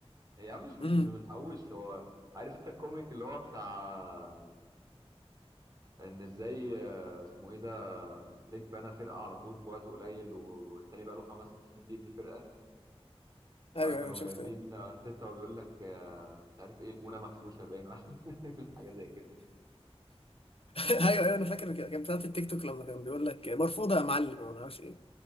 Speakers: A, on the right (about 35°); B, on the left (about 65°).
A: يا عم مش مش
B: امم
A: بيتحوش هو عارف انت الكوميك اللي هو بتاع ان ازاي آه، اسمه ايه ده فليك بنى فرقه على طول في وقت قليل والتاني بقى له خمس سنين بيبني فرقه
B: ايوه
A: فكانوا
B: ايوه شفت
A: جايبين
B: <laughs>
A: ارتيتا وبيقول لك آه، مش عارف ايه المونه مغشوشه باين <laughs> ولا حاجه زي كده
B: ايوه ايوه انا فاكر كده كانت بتاعت التيك توك لما كان بيقول لك مرفوضه يا معلم ما اعرفش ايه